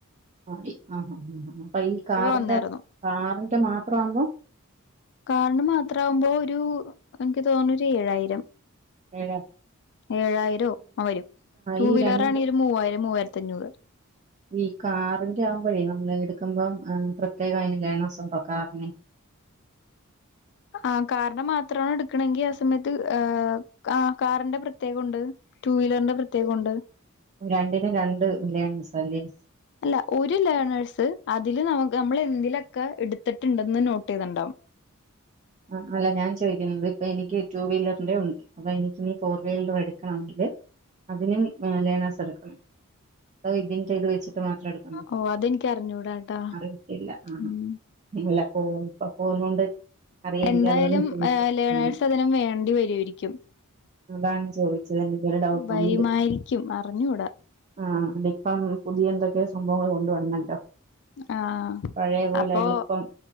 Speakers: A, on the right (about 30°); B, on the left (about 55°).
A: ആ ആ ആ അപ്പൊ ഈ കാറിന്റെ
B: വന്നായിരുന്നു
A: കാറിന്റെ മാത്ര ആവുമ്പോ
B: കാറിന് മാത്ര ആവുമ്പോ ഒരു എനിക്ക് തോന്ന ഒരു ഏഴായിരം
A: ഏടാ
B: ഏഴായിരോ ആ വരും ടു
A: ഈ
B: വീലറ
A: രണ്ടും
B: ആണ ഒരു മൂവായിരം മൂവായിരത്തി അഞ്ഞൂറ്
A: ഈ കാറിന്റെ ആവുമ്പോഴേ നമ്മള് എടുക്കുമ്പം പ്രത്യേകം അതിന് ലേണസുണ്ടോ കാറിന് അ
B: ആ കാറിന് മാത്രമാണ് എടുക്കണെങ്കി ആ സമയത്ത് ആ കാറിന്റെ പ്രത്യേകം ഉണ്ട് ടു വീലറിന്റെ പ്രത്യേകം ഉണ്ട്
A: രണ്ടിനും രണ്ട് ലേണേഴ്സാലെ
B: അല്ല ഒരു ലേണേഴ്സ് അതില് നമ്മൾ നമുക്ക് എന്തിലൊക്കെ എടുത്തിട്ടുണ്ടെന്ന് നോട്ട് ചെയ്തിണ്ടാവും
A: <inaudible> ആ അല്ല ഞാൻ ചോദിക്കുന്നത് ഇപ്പൊ എനിക്ക് ടടു വീലറിന്റെയും ഉണ്ട് അപ്പൊ എനക്ക് ഇനി ഫോർ വീലറും എടുക്കണങ്കില് അതിനും ലേണാസ് എടുക്കണം അതോ ഇതിൻ്റചെയ്ത് വെച്ച അ മാത്രം എടുക്കാൻ പറ്റോ
B: ഓ അതെനിക്ക് അറിഞ്ഞൂടാട്ടാ
A: അറിയത്തില്ല ആഹല്ല
B: ഉം
A: ഇപ്പ പോന്നൊണ്ട് അറിയരിക്കാതോ
B: എന്തായാലും
A: <unintelligible>
B: ലേണേഴ്സ് അതിനും വേണ്ടി വരുമായിരിക്കും
A: അതാണ് ചോദിച്ചത് എനിക്കൊരു ഡൗട്ടുണ്ട്
B: വരുമായിരിക്കും അറിഞ്ഞൂടാ
A: ആ ഇപ്പം അങ്ങനെ പുതിയ എന്തൊക്കെ സംഭവങ്ങള് കൊണ്ടുവന്നല്ലോ
B: ആ
A: പഴയ പോലെ
B: അപ്പോ
A: എളുപ്പം